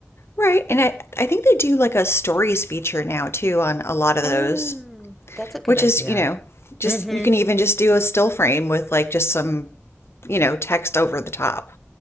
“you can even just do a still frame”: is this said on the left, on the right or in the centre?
Left